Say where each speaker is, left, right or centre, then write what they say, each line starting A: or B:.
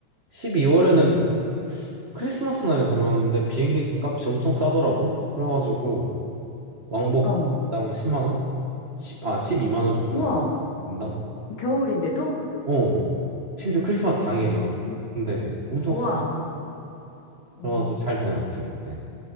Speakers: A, on the right (about 60°); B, on the left (about 50°).
A: 12월에는
B: 응.
A: 크리스마스 날에 다녀왔는데 비행기 값이 엄청 싸더라고. 그래가지고 왕복당
B: 어.
A: 10만 원? 십 아, 12만 원 정도
B: 우와.
A: 해서 인당?
B: 겨울인데도?
A: 어, 심지어 크리스마스 당일이야.
B: 음.
A: 근데 엄청
B: 우와.
A: 쌌어.
B: 어,
A: 그래가지고 잘 다녀왔지, 그때.